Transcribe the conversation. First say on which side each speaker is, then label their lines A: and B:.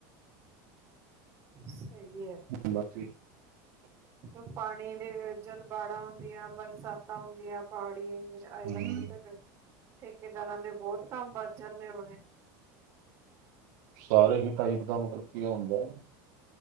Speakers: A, on the right (about 25°); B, on the right (about 55°).
A: ਸਹੀ ੲੇ।
B: ਹ ਬੱਸ ਜੀ।
A: ਤੇ ਪਾਣੀ ਦੇ ਜਦ ਬਾੜਾ ਹੁੰਦੀਆਂ ਬਰਸਾਤਾਂ ਹੁੰਦੀਆਂ ਪਹਾੜੀ।
B: ਹਮ,
A: ਆਏਗਾ ਤੱਕ, ਠੇਕੇਦਾਰਾਂ ਦੇ ਬਹੁਤ ਕੰਮ ਵੱਧ ਜਾਦੇ ਉਹਣੇ
B: ਸਾਰੇ ਹੀ ਟਾਈਪ ਦਾ ਮਤਲਬ ਕੀ ਹੁੰਦਾ?